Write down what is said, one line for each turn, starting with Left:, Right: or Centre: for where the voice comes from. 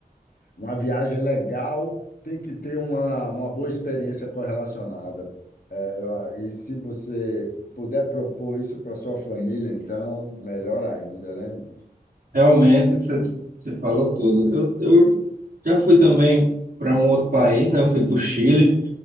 Left: uma viagem legal tem que ter uma, uma boa experiência correlacionada. É, eu- e se você puder propor isso para sua família, então, melhor ainda, né?
Right: Realmente, você você falou tudo. Eu, eu já fui também para um outro país, né? Eu fui para o Chile.